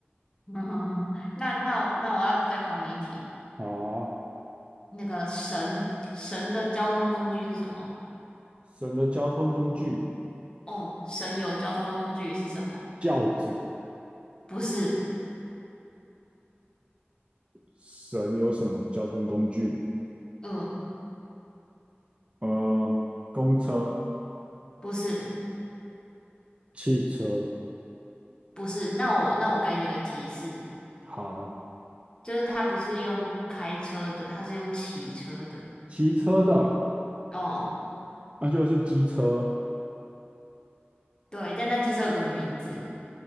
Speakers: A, on the left; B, on the right.
A: <laughs> 那那我那我要再考你一题，
B: 好啊，
A: 那个神神的交通工具是什么？
B: 神的交通工具，
A: 哦，神游交通工具是什么？
B: 轿子。
A: 不是，
B: 神有什么交通工具？
A: 嗯，
B: 呃，公车、
A: 不是，
B: 汽车。
A: 不是。那我那我给你一个提示，
B: 好，
A: 就是它不是用开车的，它是用骑车的。
B: 骑车的，
A: 哦，
B: 那就是机车、
A: 对，但那机车有个名字，